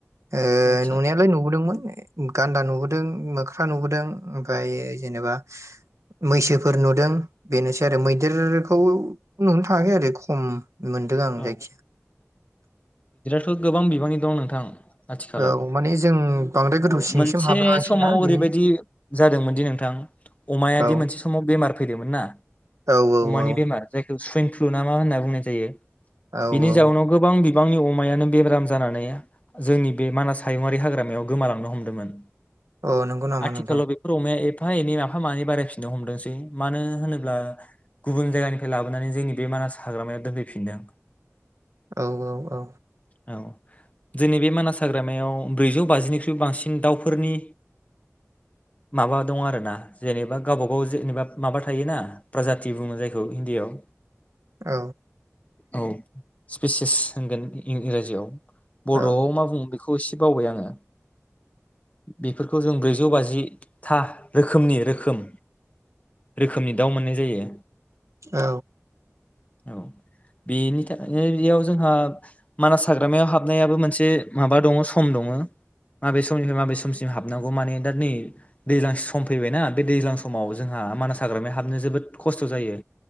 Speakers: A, on the right (about 80°); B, on the left (about 30°).
A: ओ
B: आदसा
A: नुनायालाय नुबोदोंमोन। गान्दा नुबोदों मोख्रा नुबोदों ओमफायो जेनेबा मैसोफोर नुदों बेनोसै आरो मैदेर खौ नो थाङाखै आरो खम। मोनदों आं
B: औ
A: जायखिया।
B: थ गोबां बिबांनि दं नोंथां। आथिखालाव
A: औ माने जों बांद्राय गोथौ
B: औ
A: सिंसिम
B: मोनसे
A: हाबलाङासैना
B: समाव ओरैबायदि
A: बिनि
B: जादोंमोनदि नोंथां अमायादि
A: औ
B: मोनसे समाव बेमार फैदोंमोन ना
A: औ
B: अमानि
A: औ
B: बेमार जाय बे सुवेइन फ्लु ना मा होनना बुंनाय जायो?
A: औ
B: बिनि
A: औ
B: जाउनाव गोबां बि बिबांनि अमायानो बेब्राम जानानै जोंनि बे मानास हायुङरि हाग्रामायाव गोमालांनो हमदोंमोन।
A: अ नोंगौ नामा
B: आथिखालाव
A: नोंथां?
B: बेफोर अमाया एफा एनै माफा मानै बारायफिननो हमदोंसै मानो होनोब्ला गुबुन जायगानिफ्राय लाबोनानै जोंनि बे मानास हाग्रामायाव दोनफैफिनदों।
A: औ औ औ।
B: औ जोंनि बे मानास हाग्रामायाव ब्रैजौ बाजिनिख्रुइ बांसिन दावफोरनि माबा दङ आरोना जेनेबा गावबा गाव जेनेबा माबा थायोना प्रजाथि बुङो जायखौ हिन्दीआव
A: औ।
B: औ। स्पेसिस होनगोन इं-इंराजियाव। बर'आव
A: औ
B: मा बुङो बेखौ एसे बावबाय आङो बेफोरखौ जों ब्रैजौ बाजिथा रोखोमनि रोखोम रोखोमनि दाउ मोननाय जायो।
A: औ।
B: औ। बेनि थाखायनो बेयाव जोंहा मानास हाग्रामायाव हाबनायाबो मोनसे माबा दङ सम दङो माबे समनिफ्राय माबे समसिम हाबनांगौ माने दा नै दैज्लां सम फैबायना बे दैज्लां समाव जोंहा मानास हाग्रामायाव हाबनो जोबोद खस्थ जायो